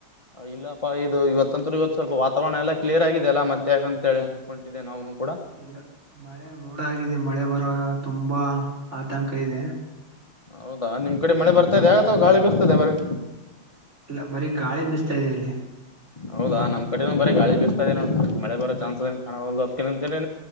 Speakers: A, on the left; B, on the right.
A: ಇಲ್ಲಪ್ಪಾ ಇದು ಇವತ್ತಂದರು ಇವತ್ತು ಸ್ವಲ್ಪ ವಾತಾವರಣ ಎಲ್ಲ ಕ್ಲಿಯರ್ ಆಗಿದೆ ಅಲ್ಲ ಮತ್ತೆ ಯಾಕ ಅಂತ ಹೋಟಿನಿ ನಾವುನು ಕೂಡ <unintelligible>
B: ಇಲ್ಲ ಮಳೆ ಮೋಡ ಆಗಿದೆ ಮಳೆ ಬರುವ ತುಂಬಾ ಆತಂಕ ಇದೆ
A: ಹೌದಾ ನಿಮ್ ಕಡೆ ಮಳೆ ಬರ್ತಾದೆ ಗಾಳಿ ಬಳಸ್ತದೆ ಬರರಿ
B: ಇಲ್ಲ ಬರೀ ಗಾಳಿ ಬಿಸ್ತಾ ಇದೆ ಇಲ್ಲಿ
A: ಹೌದಾ ನಮ್ಮ್ ಕಡೆ ಬರಿ ಗಾಳಿ ಬಿಸತ ಇದೆ ನೋ ಮಳೆ ಬರೋ ಚಾನ್ಸ್ ಕಾಣುದು ಅದ ಅಂತನೆ